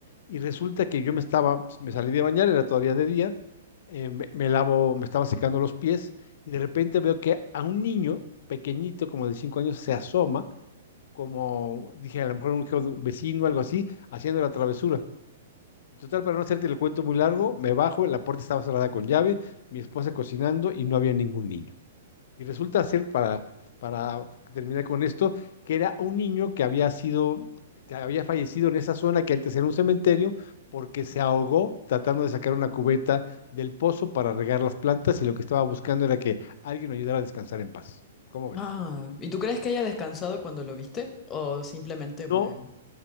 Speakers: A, on the left (about 60°); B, on the left (about 25°).
A: Y resulta que yo me estaba, me salí de bañar, era todavía de día, eh, me, me lavo, me estaba secando los pies y de repente veo que a un niño pequeñito, como de cinco años, se asoma, como dije, a lo mejor un geo- vecino, algo así, haciendo la travesura. Total, para no hacerte el cuento muy largo, me bajo, la puerta estaba cerrada con llave, mi esposa cocinando y no había ningún niño. Y resulta ser, para, para terminar con esto, que era un niño que había sido, que había fallecido en esa zona que antes era un cementerio, porque se ahogó tratando de sacar una cubeta del pozo para regar las plantas y lo que estaba buscando era que alguien lo ayudara a descansar en paz. ¿Cómo ves?
B: Ah, ¿y tú crees que haya descansado cuando lo viste? ¿O simplemente, pues,
A: No